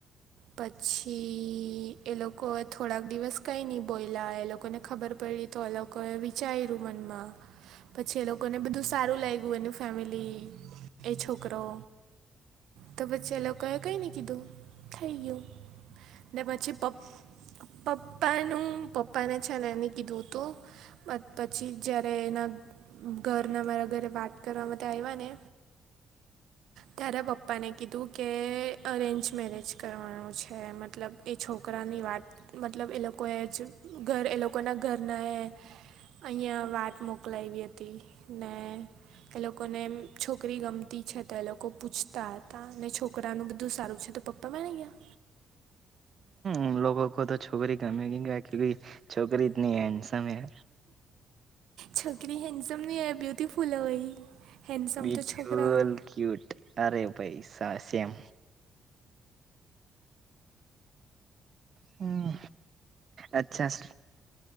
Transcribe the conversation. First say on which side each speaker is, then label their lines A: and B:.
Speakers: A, on the right (about 75°); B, on the right (about 55°).
A: પછી એ લોકો થોડા દિવસ કંઈ ની બોલ્યા એ લોકોને ખબર. પડી તો એ લોકોએ વિચાર્યું મનમાં. પછી એ લોકોને બધું સારું લાગ્યું એની ફેમિલી એ છોકરો. તો પછી એ લોકોએ કઈ ની કીધું થઈ ગયું. ને પછી પપ પપ્પાનું પપ્પાને છે ને એનું કીધું તો. પ પછી જ્યારે એના. ઘરના મારા ઘરે વાત કરવા બધા આવ્યા ને. ત્યારે પપ્પાને કીધું કે અરેન્જ મેરેજ કરવાનું છે એ મતલબ. તે છોકરાની વાત મતલબ એ લોકોએ જ ઘરે એ લોકોના ઘરનાએ. અહીંયા વાત મોકલાવી હતી ને. એ લોકોને છોકરી ગમતી છે તો એ લોકો પૂછતા હતા ને છોકરા નું બધું સારું છે તો પપ. તમે નઈ ગયા.
B: ઉન લોગો કો તો છોકરી ગમી ગઈ હે ને કે ભી છોકરી ઇતની હેન્ડસમ હૈ.
A: છોકરી હેન્ડસમ ની હોય બ્યુટિફુલ હોય. હેન્ડસમ
B: બ્યુટીફુલ
A: તો છોકરા હોય.
B: ક્યુટ અરે ભઈ સ સેમ. હમ અચ્છા.